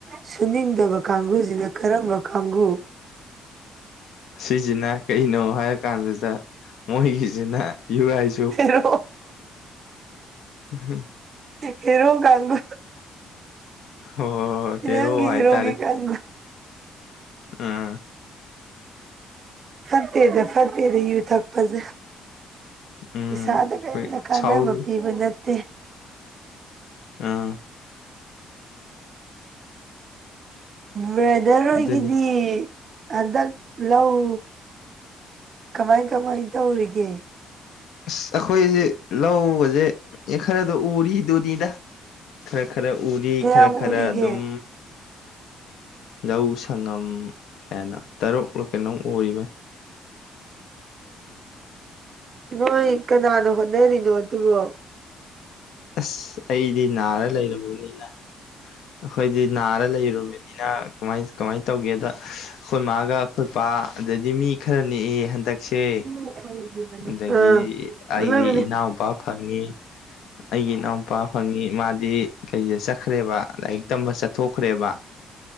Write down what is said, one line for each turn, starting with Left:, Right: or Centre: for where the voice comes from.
Right: ꯁꯨꯅꯤꯡꯗꯕ ꯀꯥꯡꯕꯨꯁꯤꯅ ꯀꯔꯝꯕ ꯀꯥꯡꯕꯨ
Left: ꯑꯁꯤꯁꯤꯅ ꯀꯩꯅꯣ ꯍꯥꯏꯔ ꯀꯥꯟꯁꯤꯗ ꯃꯣꯏꯒꯤꯁꯤꯅ ꯌꯨꯔꯥꯏ
Right: ꯍꯦꯔꯣ
Left: <unintelligible>
Right: ꯍꯦꯔꯣ ꯀꯥꯡꯒꯨ
Left: ꯑꯣ
Right: ꯐꯤꯂꯝꯒꯤ
Left: ꯍꯦꯔꯣ ꯍꯥꯏꯇꯥꯔꯦ
Right: ꯍꯦꯔꯣꯒꯤ ꯀꯥꯡꯕꯨ
Left: ꯑꯝ
Right: ꯐꯠꯇꯦꯗ ꯐꯠꯇꯦꯗ ꯌꯨ ꯊꯛꯄꯁꯦ
Left: ꯎꯝ
Right: ꯏꯁꯥꯗ ꯀꯔꯤꯝꯇ
Left: ꯍꯣꯏ
Right: ꯀꯥꯟꯅꯕ
Left: ꯁꯥꯎꯔꯨ
Right: ꯄꯤꯕ ꯅꯠꯇꯦ
Left: ꯑꯝ
Right: ꯕꯗꯔ
Left: ꯑꯗꯨꯅꯤ
Right: ꯍꯣꯏꯒꯤꯗꯤ ꯍꯟꯗꯛ ꯂꯧ ꯀꯃꯥꯏ ꯀꯃꯥꯏ ꯇꯧꯔꯤꯒꯦ
Left: ꯑꯁ ꯑꯩꯈꯣꯏꯁꯦ ꯂꯧ ꯎꯕꯁꯦ ꯑꯦ ꯈꯔꯗꯣ ꯎꯔꯤꯗꯨꯅꯤꯗ ꯈꯔ ꯈꯔ ꯎꯔꯤ
Right: ꯀꯌꯥꯝ
Left: ꯈꯔ ꯈꯔ
Right: ꯎꯔꯤꯒꯦ
Left: ꯑꯗꯨꯝ ꯂꯧ ꯁꯉꯝ ꯀꯩꯥꯅꯣ ꯇꯔꯨꯛꯂ ꯀꯩꯅꯣ ꯎꯔꯤꯕꯅꯤ
Right: ꯍꯣꯏ ꯀꯅꯥꯅꯣ ꯍꯣꯠꯅꯔꯤꯅꯣ ꯑꯗꯨꯕꯨ
Left: ꯑꯁ ꯑꯩꯗꯤ ꯅꯥꯔ ꯂꯩꯔꯕꯅꯤꯅ ꯑꯩꯈꯣꯏꯗꯤ ꯅꯥꯔ ꯂꯩꯔꯨꯕꯅꯤꯅ ꯀꯃꯥꯏ ꯀꯃꯥꯏꯅ ꯇꯧꯒꯦꯗ ꯑꯩꯈꯣꯏ ꯃꯥꯒ ꯑꯩꯈꯣꯏ ꯄꯥ ꯑꯗꯩꯗꯤ ꯃꯤ ꯈꯔ ꯅꯦꯛꯑꯦ ꯍꯟꯗꯛꯁꯦ
Right: ꯑ
Left: ꯑꯗꯒꯤ
Right: <unintelligible>
Left: ꯑꯩꯒꯤ ꯏꯅꯥꯎꯄꯥ ꯐꯪꯉꯤ ꯑꯩꯒꯤ ꯏꯅꯥꯎꯄꯥ ꯐꯪꯉꯤ ꯃꯥꯗꯤ ꯀꯔꯤꯗ ꯆꯠꯈ꯭ꯔꯦꯕ ꯂꯥꯏꯔꯤꯛ ꯇꯝꯕ ꯆꯠꯊꯣꯛꯈ꯭ꯔꯦꯕ